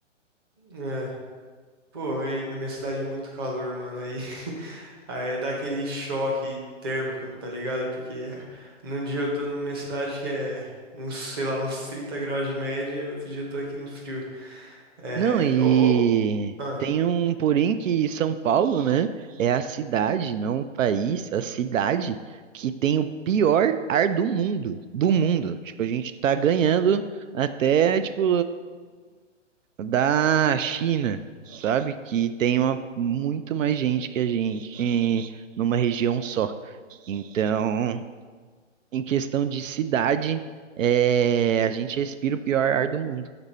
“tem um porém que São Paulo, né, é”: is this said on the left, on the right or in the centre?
Right